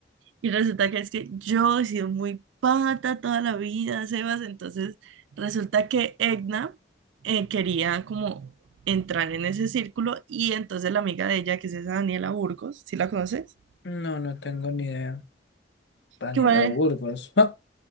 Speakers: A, on the right; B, on the left.
A: Y resulta que es que yo he sido muy pata toda la vida, Sebas. Entonces resulta que Egna eh, quería como entrar en ese círculo y entonces la amiga de ella, que es esa Daniela Burgos, si la conoces?
B: No, no tengo ni idea. Daniela
A: Que fue,
B: Burgos. Ah,